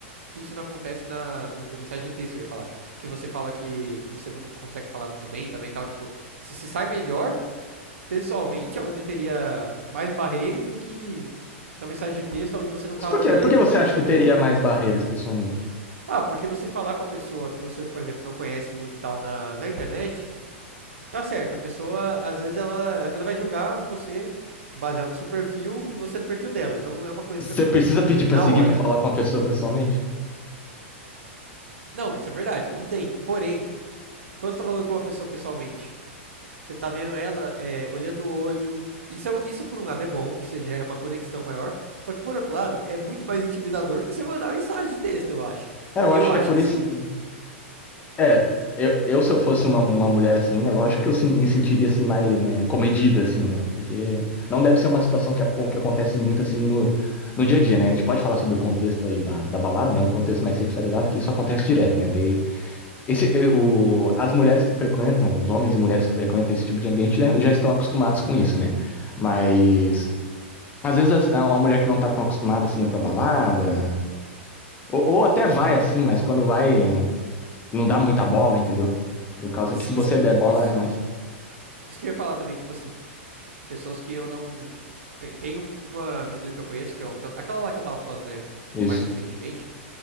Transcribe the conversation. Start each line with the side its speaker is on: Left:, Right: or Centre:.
Right: que isso não acontece na, no- na mensagem de texto, eu ia falar. Que você fala que, que você não consegue falar muito bem também e tal. Tipo, se, se sai melhor pessoalmente, onde teria mais barreiras do que na mensagem de texto, onde você não
Left: Mas
Right: tá
Left: por
Right: olhando
Left: quê? Por que você
Right: pra pessoa.
Left: acha que teria mais barreiras pessoalmente?
Right: Ah, porque você falar com a pessoa que você, por exemplo, não conhece muito e tal na, na internet, tá certo. A pessoa, às vezes, ela, ela vai julgar você baseado no seu perfil e você no perfil dela. Então não é uma coisa
Left: Você
Right: também
Left: precisa pedir pra
Right: na
Left: seguir
Right: hora.
Left: pra falar com a pessoa pessoalmente?
Right: Não, isso é verdade, não tem. Porém, quando você tá falando com uma pessoa pessoalmente, Você tá vendo ela é, olhando o olho. Isso, é- isso por um lado é bom, porque você gera uma conexão maior. Só que por outro lado, é muito mais intimidador do que você mandar mensagem de texto, eu acho.
Left: É, eu
Right: Eu
Left: acho
Right: acho
Left: que é por
Right: que
Left: isso.
Right: sim.
Left: mesmo. É, eu, eu se eu fosse uma, uma mulher assim, é lógico que eu sim- me sentiria assim mais, né, comedida assim, né? Porque não deve ser uma situação que, acon- que acontece muito assim no, no dia a dia, né? A gente pode falar sobre o contexto aí da, da balada, né? Um contexto mais sexualizado que isso acontece direto, né? Daí Esse, eh, o, as mulheres que frequentam, os homens e mulheres que frequentam esse tipo de ambiente já, já estão acostumados com isso, né? Mas às vezes as- a- uma mulher que não tá tão acostumada assim é pra balada, ou, ou até vai assim, mas quando vai não dá muita bola, entendeu? Por causa
Right: Sim,
Left: que se você
Right: sim,
Left: der
Right: e-
Left: bola
Right: isso.
Left: é mais.
Right: Isso que eu ia falar também, tipo assim, pessoas que eu não. Tem, tem uma menina que eu conheço, que, eu, que eu- aquela lá que eu tava falando, né?
Left: Isso.
Right: Mais recentemente